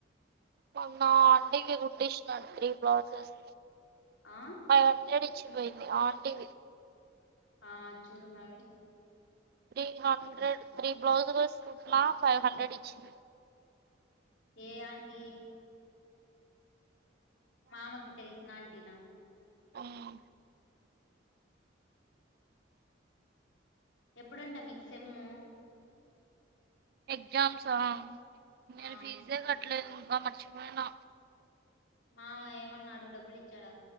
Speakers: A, on the right; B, on the left.
A: మొన్న ఆంటీ కి కుట్టి ఇచ్చిన త్రీ బ్లౌజెస్
B: ఆ
A: ఫైవ్ హండ్రెడ్ వచ్చిపోయింది ఆంటివి
B: ఆ చూడు మావి
A: త్రీ హండ్రెడ్ త్రీ బ్లౌజులు చూట్న ఫైవ్ హండ్రెడ్ ఇచ్చింది
B: ఏ ఆంటీ మామకి తెలిసినా ఆంటీనా
A: హ్మ్
B: ఎప్పుడంటా మీకు సేము
A: ఎగ్జామ్స్ ఆహ్ నేను
B: ఆ
A: ఫీజే కట్టలేదు అబ్బా మరిచిపోయినా
B: మామ ఏమన్నాడు డబ్బులు ఇచ్చాడా